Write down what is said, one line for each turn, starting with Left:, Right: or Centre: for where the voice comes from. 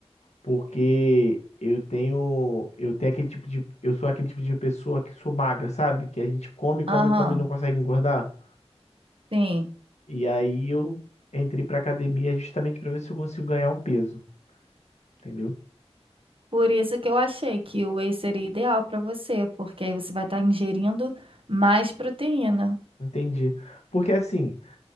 Left: Porque eu tenho, eu tenho aquele tipo de, eu sou aquele tipo de pessoa que sou magra, sabe? Que a gente come, come,
Right: Aham.
Left: come e não consegue engordar.
Right: Sim.
Left: E aí eu entrei pra academia justamente pra ver se eu consigo ganhar um peso. Entendeu?
Right: Por isso que eu achei que o whey seria ideal para você, porque aí você vai estar ingerindo mais proteína.
Left: Entendi. Porque assim,